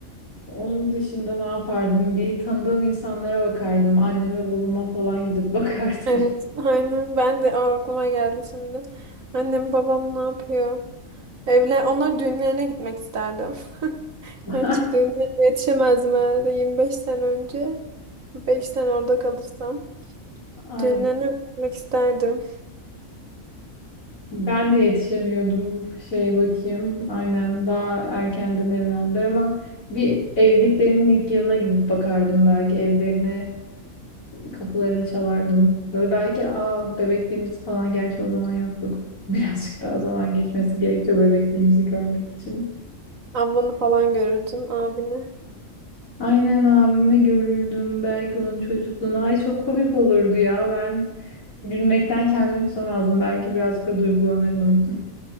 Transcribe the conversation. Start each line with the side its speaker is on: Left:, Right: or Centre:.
Left: Onun dışında ne yapardım? Bir tanıdığım insanlara bakardım. Anneme babama falan gidip bakardım.
Right: Evet aynen. Ben de aa, aklıma geldi şimdi. Annem babam ne yapıyor? Evler, onlar düğünlerine gitmek isterdim. <laughs>
Left: <laughs>
Right: Gerçi düğünlerine yetişemezdim herhalde yirmi Beş sene önce. beş sene orada kalırsam.
Left: Aynen.
Right: Düğünlerine gitmek isterdim.
Left: Ben de yetişemiyordum. Şey bakayım. Aynen. Daha erkenden evlendiler ama bir evliliklerinin ilk yılına gidip bakardım belki evlerine Kapılarını çalardım. Böyle belki aa bebekliğimiz falan gerçi o zaman yoktuk. <laughs> Birazcık daha zaman geçmesi gerekiyor bebekliğimizi görmek için.
Right: Ablanı falan görürdün, abini.
Left: Aynen abimi görürdüm. Belki onun çocukluğunu. Ay çok komik olurdu ya. Ben gülmekten kendimi tutamazdım. Belki birazcık da duygulanırdım.